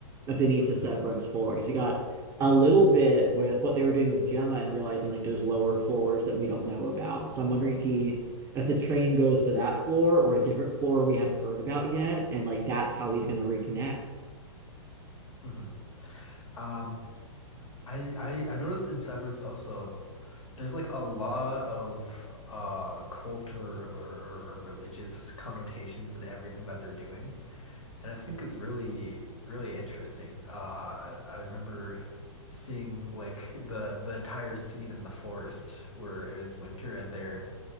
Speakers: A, on the right; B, on the left.
A: beneath
B: hmm
A: the Severance floor. Because we got a little bit with what they were doing with Gemma and realizing like there's lower floors that we don't know about. So I'm wondering if he, if the train goes to that floor or a different floor we haven't heard about yet. And like that's how he's
B: hmm
A: going to reconnect.
B: hmm Um, I I I noticed in Severance also. There's like a lot of uh culture or, or, or religious connotations in everything that they're doing. And I think it's really, really interesting. Uh, I I remember seeing like the the entire scene in the forest where it was winter and they're